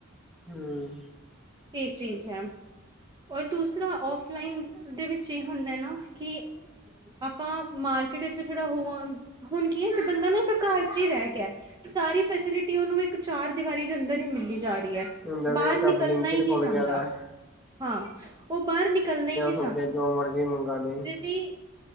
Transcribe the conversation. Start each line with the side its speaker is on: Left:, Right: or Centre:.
Centre: ਹੂੰ।
Right: ਏਹ ਚੀਜ਼ ਐ ਔਰ ਦੂਸਰਾ ਔਫਲਾਈਨ ਓਦੇ ਵਿੱਚ ਏ ਹੁੰਦਾ ਨਾ ਕਿ ਆਪਾਂ ਮਾਰਕੀਟ ਵਿੱਚ ਵੀ ਥੋੜਾ ਹੋ ਹੁਣ ਕੀ ਐ ਕਿ ਬੰਦਾ ਨਾ ਇੱਕ ਘਰ ਚ ਈ ਰਹਿ ਗਿਆ। ਸਾਰੀ ਫੈਸਿਲਿਟੀ ਓਨੂੰ ਇੱਕ ਚਾਰ ਦੀਵਾਰੀ ਦੇ ਅੰਦਰ ਈ ਮਿਲੀ ਜਾ ਰਹੀ ਐ।
Centre: ਹੁਣ ਜਿਵੇਂ
Right: ਬਾਹਰ
Centre: ਇੱਕ
Right: ਨਿਕਲਣਾ
Centre: ਬਲਿੰਕਟ
Right: ਈ ਨੀ
Centre: ਖੁੱਲ
Right: ਚਾਂਦਾ
Centre: ਗਿਆ ਦਾ
Right: ਹਾਂ। ਉਹ ਬਾਹਰ ਨਿਕਲਣਾ ਈ ਨੀ
Centre: ਹੋ ਗਿਆ। ਜੋ ਮਰਜ਼ੀ ਮੰਗਾਲੇ
Right: ਜੀ